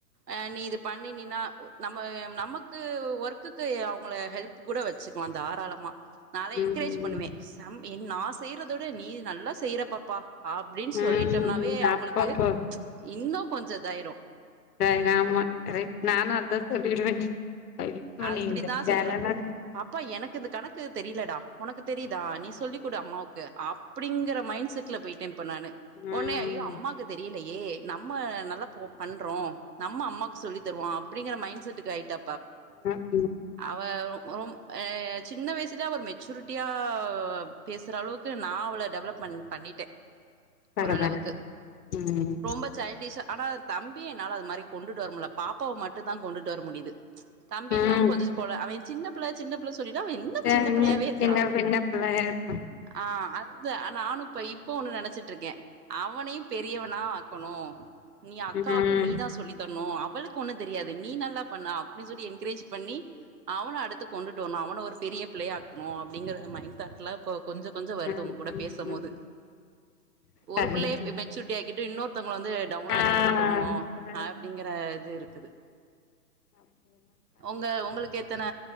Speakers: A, on the right (about 70°); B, on the left (about 65°).
A: ஆ நீ இது பண்ணினா நம்ம நமக்கு ஒர்க்குக்கு அவங்கள ஹெல்ப் கூட வச்சுக்கலா தாராளமா நா எல்லா
B: ம்
A: என்கரேஜ்
B: ம்
A: பண்ணுவேன் செம் என் நா செய்யறதோட நீ நல்லா செய்ற பாப்பா அப்டின்னு
B: ம்
A: சொல்லிட்டோம்னாவே அவங்களுக்கு
B: அப்பப்போ
A: இன்னு கொஞ்சோ இதாயிரும்
B: தய் ராமா கரெக்ட் நானு அத சொல்லிடுவே <unintelligible>
A: அப்டிதா சொல்லி பாப்பா எனக்கு இந்த கணக்கு தெரியலடா உனக்கு தெரியுதா நீ சொல்லி கொடு அம்மாவுக்கு அப்டிங்குற மைண்ட் செட்ல போய்ட்டே இப்ப நானு
B: ம்
A: ஒன்னே ஐயோ அம்மாக்கு தெரியலையே நம்ம நல்லா பண்றோ நம்ம அம்மாக்கு சொல்லி தர்வோ அப்டிங்கிற மைண்ட் செட்டுக்கு ஆயிட்டா
B: ஆ <inaudible>
A: அவ ரொம் அ சின்ன வயசுலயே அவர மெச்சூரிட்டியா பேசுற அளவுக்கு நா அவள டெவலப்மென் பண்ணிட்டே
B: பரவால்ல
A: ஓரளவுக்கு
B: ம்
A: ரொம்ப சைல்டிஷ் ஆனா தம்பி என்னால அது மாதிரி கொண்டுட்டு வர முடியல பாப்பாவ மட்டும் தா கொண்டுட்டு வர முடியுது தம்பினும்
B: ம்
A: கொஞ்சது போல அவே சின்ன பிள்ள சின்ன பிள்ள ஸ் சொல்லிதா அவ இன்னு
B: சரிங்க
A: சின்ன பிள்ளையாவே இருக்கறா
B: சின்ன சின்ன பிள்ளையா இருக்கு
A: ஆ அந்த நானு இப்ப இப்ப ஒண்ணு நெனச்சிட்ருக்கே அவனையு பெரியவனா ஆக்கணு நீ அக்காவுக்கு
B: ம் ம்
A: நீ தா சொல்லி தர்னு அவளுக்கு ஒண்ணு தெரியாது நீ நல்லா பண்ண அப்டி சொல்லி என்கரேஜ் பண்ணி அவன அடுத்து கொண்டுட் டோனா அவன ஒரு பெரிய பிள்ளைய ஆக்கணு அப்டிங்கற மைண்ட தாட்ல கொஞ்சம் கொஞ்சம் வருது
B: ம்
A: உங்க கூட
B: ம்
A: பேசும்
B: ம்
A: போது ஒரு
B: கரெக்ட்.
A: பிள்ளையே ம் மெச் சூரிட்டி ஆக்கிட்டு இன்னொருத்தவங்க வந்து டவுன்
B: ஆ
A: ஆக்கிட்டு இருக்கிறோமோ அப்டிங்கிற இது இருக்குது
B: அப்பயெல்லா
A: உங்க உங்களுக்கு எத்தன